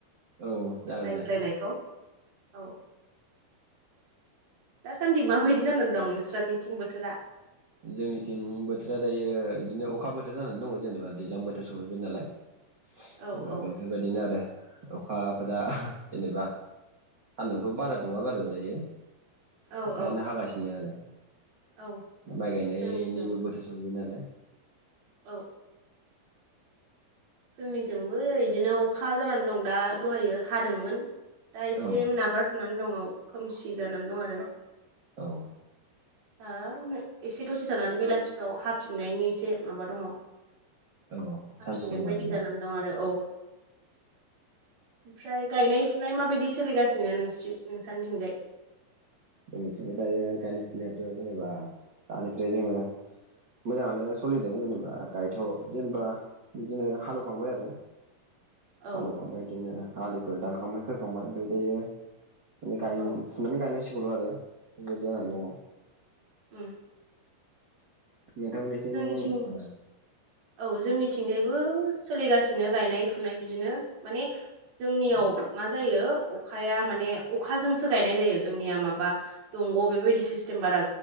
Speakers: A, on the right; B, on the right.
A: औ जागोन
B: रायज्लायनायखौ
A: दे
B: औ। दासान्दि माबायदि जानानै दं नोंस्रानिथिं बोथोरा?
A: जोंनिथिं बोथोरा दायो इदिनो अखा बोथोर जानानै दङ जेनेबा दैज्लां बोथोर सफैबाय नालाय।
B: औ
A: जेनेबा
B: औ
A: बेफोरबायदिनो आरो। अखाफोरा जेनेबा सान्दुंथ' बारा दुङा बारु दायो।
B: औ
A: अखायानो
B: औ
A: हागासिनो आरो।
B: औ
A: माय गायनायनिबो
B: जोंनिजों
A: बोथोर सफैबाय नालाय।
B: औ जोंनिजोंबो इदिनो अखा जानान दं दा दहायो दा एसे
A: औ
B: नागारथ'नानै दं खोमसि जानान दं आरो।
A: औ
B: दा एसे दसे थानानै बेलासिफ्राव हाफिननायनि एसे माबा दङ'
A: औ चान्स
B: हाफिनगोन
A: दङ
B: बायदि
A: आरोना
B: जानान दं आरो औ। ओमफ्राय गायनाय फुनाय मा बायदि सोलिगासिनो नोंस्रि नोंसानिथिंजाय?
A: जोंनिथिंथ' दायो गायनाय फुनायाथ' जेनेबा दानिफ्राय जोङो मोजाङानो सलिदों जेनेबा गायथ' जेनेबा बिदिनो हालौखांबाय आरो।
B: औ
A: हालौखांबाय इदिनो आलिफोर दानखांबाय खोखांबाय ओमफ्राय दायो माने गायन
B: औ
A: फुनानै गायनां सिगौल' आरो। बेबायदि जानानै दङ।
B: उम
A: नोंथांमोननिथिं
B: जोंनिथिं
A: ओ
B: औ जोंनिथिंजायबो सोलिगासिनो गायनाय फुनाय बिदिनो माने जोंनियाव
A: औ
B: मा जायो अखाया माने अखाजोंसो गायनाय जायो जोंनिया माबा दंग' बेबायदि सिसतेम बारा